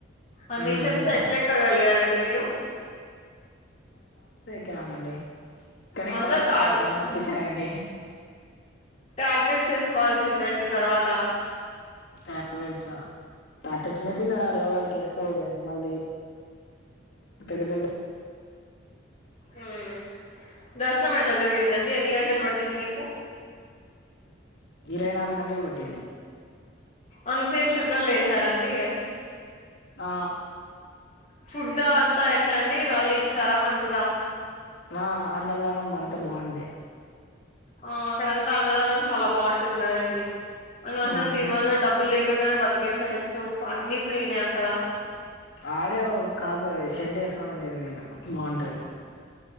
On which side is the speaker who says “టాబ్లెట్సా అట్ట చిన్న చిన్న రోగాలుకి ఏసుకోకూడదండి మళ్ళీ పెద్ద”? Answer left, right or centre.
Left